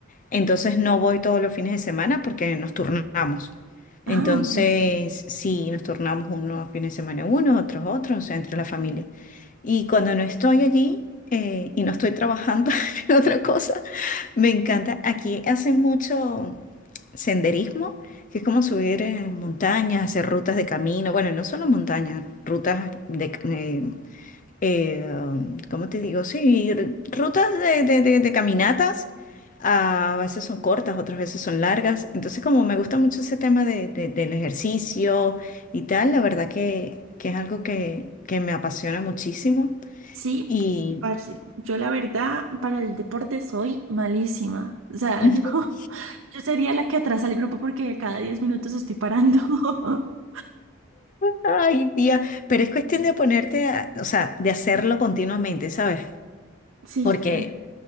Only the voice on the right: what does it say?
Ah, ok.
Sí,
p- parce, yo la verdad para el deporte soy malísima. O sea,
yo, <laughs> yo sería la que atrasa el grupo porque cada 10 minutos estoy parando. <laughs>
Sí,
claro.